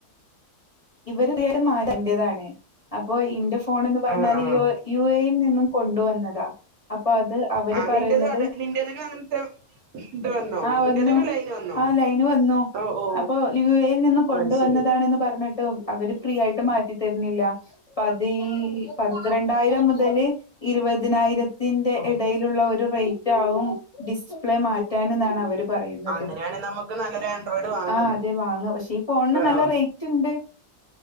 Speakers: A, on the left; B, on the right.
A: ഇവരടേതായാലും മാരണ്ട്യതാണ് അപ്പോ ഇന്റെ ഫോണെന്നു പറഞ്ഞാല്
B: ആഹ് ആഹ്
A: ഈ യോ യു എയിൽ നിന്നും കൊണ്ട് വന്നതാ അപ്പോ അത് അവര്
B: ആ
A: പറയുന്നത്
B: നിന്റേത് അതെ നിന്റേതിനും അങ്ങനത്തെ ഇത് വന്നോ
A: ആഹ്
B: നിന്റേതിനും
A: വന്നു
B: ലൈന് വന്നോ
A: ആ ലൈന് വന്നു
B: ഓ ഓ
A: അപ്പൊ യു എയിൽ നിന്ന് കൊണ്ടുവന്ന
B: അത് ശരി
A: താണന്ന് പർഞ്ഞി ട്ടും അവര് ഫ്രീ യായിട്ട് മാറ്റി തര്ന്നില്ല അപ്പ തീ പന്ത്രണ്ടായിരം മുതല് ഇരുപതിനായിരത്തിന്റെ
B: ഓ
A: എടയിലുള്ള ഒരു റേ റ്റാവും ഡിസ്പ്ലേ മാറ്റാനെന്നാണ് അവര് പറയുന്നത്
B: അങ്ങനെയാണെ നമുക്ക് നല്ലൊരു ആൻഡ്രോയിഡ് വാങ്ങാല്ലോ
A: ആ അതെ വാങ്ങ പക്ഷേ ഈ ഫോണിന്
B: ആ
A: നല്ല റൈറ്റ്ണ്ട്.